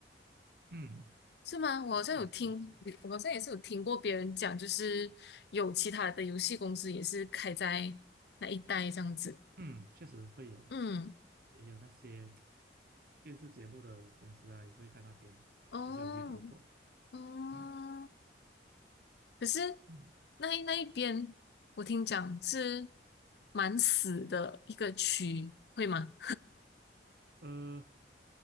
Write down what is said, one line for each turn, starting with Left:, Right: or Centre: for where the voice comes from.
Right: 嗯，
Left: 是吗？我好像有听，
Right: 有几间。
Left: 我好像也是有听过别人讲，就是有其他的游戏公司也是开在那一带这样子。
Right: 嗯，确实会有，
Left: 嗯，
Right: 也有那些电视节目的公司啊，也是会在那边，
Left: 哦
Right: 也是有遇到过。
Left: 哦，
Right: 嗯
Left: 可是
Right: 嗯，
Left: 那一那一边我听讲是蛮死的一个区，会吗？
Right: 呃，